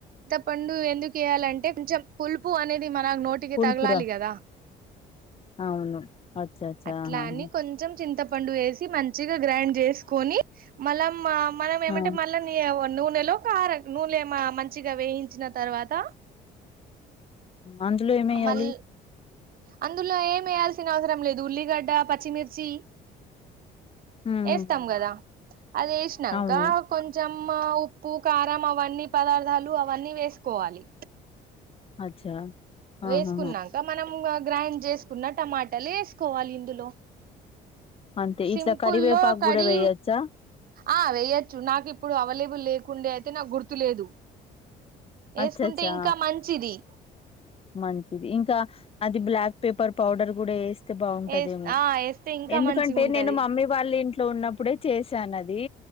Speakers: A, on the right; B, on the left.
A: పండు ఎందుకుేయాలంటే కొంచెం పులుపు అనేది మన నోటికి
B: పులుపురా
A: తగిలాలి కదా
B: అవును. అచ్చచ్చా!
A: అట్లా
B: ఆహాహా!
A: అని కొంచెం చింతపండు వేసి మంచిగా గ్రైండ్ చేసుకొని మల మా మనం ఏమంటే
B: ఆ!
A: మళ్ళీ నూ నూనెలో కార నూనెమ మంచిగా వేయించిన తర్వాత
B: అందులో ఏమేయ్యాలి
A: మళ్ అందులో ఏం వేయాల్సిన అవసరం లేదు ఉల్లిగడ్డ పచ్చిమిర్చి
B: హ్మ్.
A: వేస్తాం
B: హ్మ్. హ్మ్.
A: కదా అది వేసినాక
B: అవును.
A: కొంచెం మ్మ ఉప్పు కారం అవన్నీ పదార్థాలు అవన్నీ వేసుకోవాలి
B: అచ్చా
A: వేసుకున్నాక
B: ఆహాహా!
A: మనము గ్రైండ్ చేసుకున్న టమాటలు వేసుకోవాలి ఇందులో
B: అంతే
A: సింపుల్లో
B: ఇట్లా కరివేపాకు
A: కడి
B: కూడా వేయొచ్చా
A: ఆ వెయ్యొచ్చు నాకు ఇప్పుడు అవైలబుల్ లేకుండే అయితే నాకు గుర్తులేదు వేసుకుంటే
B: అచ్చచ్చా
A: ఇంకా మంచిది
B: మంచిది ఇంకా అది బ్లాక్ పేపర్ పౌడర్ కూడా వేస్తే బాగుంటదేమో
A: వేస్ ఆ వేస్తే ఇంకా
B: ఎందుకంటే
A: మంచిగా ఉంటది
B: నేను మమ్మీ వాళ్ళ ఇంట్లో ఉన్నప్పుడే చేశాను అది